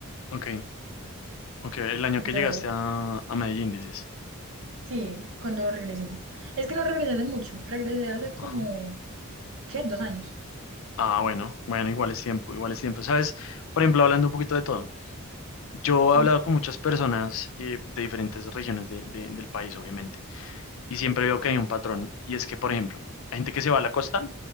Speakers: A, on the left; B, on the right.
A: ok, ok. El año
B: Entonces,
A: que llegaste a, a Medellín, dices.
B: sí, cuando regresé. Es que no regresé de mucho, regresé hace como,
A: Ajá.
B: ¿qué? Dos años,
A: Ah, bueno, bueno, igual es tiempo, igual es tiempo. ¿Sabes? Por ejemplo, hablando un poquito de todo, yo
B: sí.
A: he hablado con muchas personas eh, de diferentes regiones de- de- del país, obviamente, y siempre veo que hay un patrón, y es que, por ejemplo, hay gente que se va a la costa